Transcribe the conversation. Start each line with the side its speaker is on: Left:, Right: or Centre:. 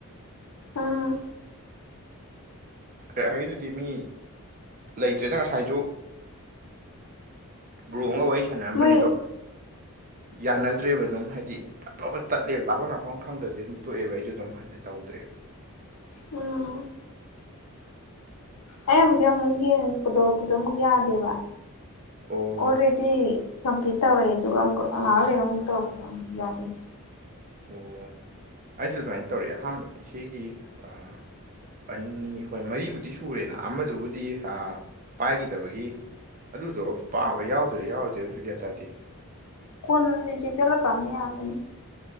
Left: ꯎꯝ
Right: ꯀꯥꯔꯌꯥꯒꯤꯗꯨꯗꯤ ꯃꯤ ꯂꯩꯇ꯭ꯔꯦꯄ ꯉꯁꯥꯏꯁꯨ ꯕꯔꯣ ꯑꯃꯒꯥ ꯋꯥꯔꯤ ꯁꯥꯟꯅꯔꯝꯕꯅꯦ
Left: ꯃꯣꯏ
Right: ꯑꯗꯣ ꯌꯥꯅꯗ꯭ꯔꯦꯕ ꯑꯗꯨꯝ ꯍꯥꯏꯗꯤ ꯄꯔꯥꯄꯥ ꯇꯠꯂꯦꯕꯥ ꯇꯥꯐꯝ ꯂꯥꯛꯐꯝ ꯈꯪꯗ꯭ꯔꯗꯤ ꯑꯗꯨꯝ ꯇꯣꯛꯑꯦꯕ ꯑꯩꯁꯨ ꯑꯗꯨꯝ ꯍꯟꯅ ꯇꯧ ꯇꯧꯗ꯭ꯔꯦ
Left: ꯎꯝ ꯑꯩ
Right: ꯑꯗꯨꯒꯤ
Left: ꯍꯧꯖꯤꯛ ꯑꯃꯨꯛ ꯌꯦꯡꯉꯛꯄꯗꯣ ꯑꯗꯨꯗ ꯑꯃꯨꯛ ꯌꯥꯗꯦꯕ
Right: ꯑꯣ
Left: ꯑꯣꯜꯔꯦꯗꯤ ꯀꯝꯞꯂꯤꯠ ꯇꯧꯔꯦ ꯑꯗꯨꯒ ꯉꯥꯛ ꯂꯩꯒ ꯑꯃꯨꯛ ꯇꯧꯔ ꯑꯃꯨꯛ ꯌꯥꯔꯦ
Right: ꯑꯣ ꯑꯩꯁꯨ ꯑꯗꯨꯃꯥꯏꯟ ꯇꯧꯔꯑꯦ ꯑꯍꯥꯟꯕ ꯏꯆꯦꯒꯤ ꯑꯥ ꯑꯅꯤ ꯍꯣꯏ ꯃꯔꯤꯕꯨꯗꯤ ꯁꯨꯔꯦꯅ ꯑꯃꯗꯨꯕꯨꯗꯤ ꯑꯥ ꯄꯥꯏꯈꯤꯗꯕꯒꯤ ꯑꯗꯨꯗꯣ ꯄꯥꯕ ꯌꯥꯎꯗꯣꯢꯔꯥ ꯌꯥꯎꯔꯣꯏꯗꯣꯢꯔꯁꯨ ꯒ꯭ꯌꯥꯟ ꯇꯥꯗꯦ
Left: ꯀꯣꯟꯅ ꯂꯩ ꯆꯦꯖꯂꯀꯥꯟꯗ ꯌꯥꯔꯛꯀꯅꯤ